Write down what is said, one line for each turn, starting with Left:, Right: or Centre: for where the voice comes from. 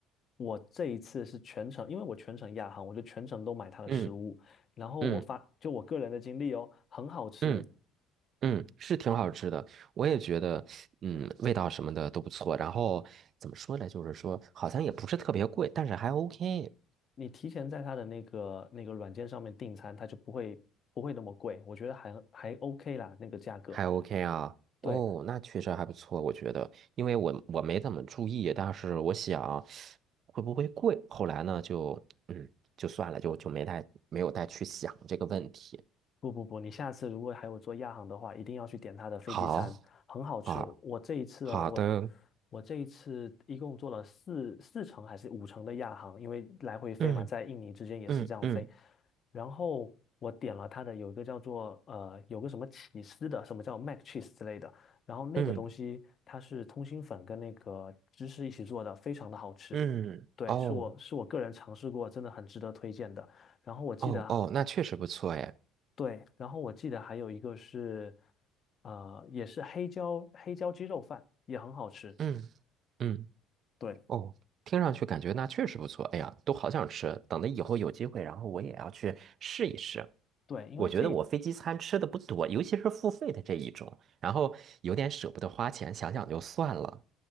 Left: 我这一次是全程，因为我全程亚航，我就全程都买它的食物，
Right: 嗯
Left: 然后我发，
Right: 嗯
Left: 就我个人的经历哦，很好吃。
Right: 嗯嗯，是挺好吃的，我也觉得，嗯，味道什么的都不错。然后怎么说呢？就是说，好像也不是特别贵，但是还 OK。
Left: 你提前在他的那个那个软件上面订餐，他就不会不会那么贵，我觉得还还 OK 啦，那个价格。
Right: 还 OK 啊，
Left: 对，
Right: 哦，那确实还不错，我觉得，因为我我没怎么注意，但是我想会不会贵，后来呢就嗯就算了，就就没太没有再去想这个问题。
Left: 不不不，你下次如果还有做亚航的话，一定要去点它的飞机餐，
Right: 好，
Left: 很好吃。
Right: 好，
Left: 我这一次哦，
Right: 好的，
Left: 我我这一次一共做了四四程还是五程的亚航，因为来回飞嘛，
Right: 嗯
Left: 在印尼之间也是这样飞。
Right: 嗯嗯
Left: 然后我点了它的有一个叫做呃有个什么起司的，什么叫 mac cheese 之类的，然后那个东西它是通心粉跟那个芝士一起做的，
Right: 嗯
Left: 非常的好吃。
Right: 嗯，
Left: 对，
Right: 哦
Left: 是我是我个人尝试过，真的很值得推荐的。然后我记得
Right: 哦哦，那确实不错哎，
Left: 对，然后我记得还有一个是，呃，也是黑椒黑椒鸡肉饭，也很好吃。
Right: 嗯嗯，
Left: 对
Right: 哦，听上去感觉那确实不错，哎呀，都好想吃，等着以后有机会，然后我也要去试一试。
Left: 对，因为这一
Right: 我觉得我飞机餐吃的不多，尤其是付费的这一种，然后有点舍不得花钱，想想就算了。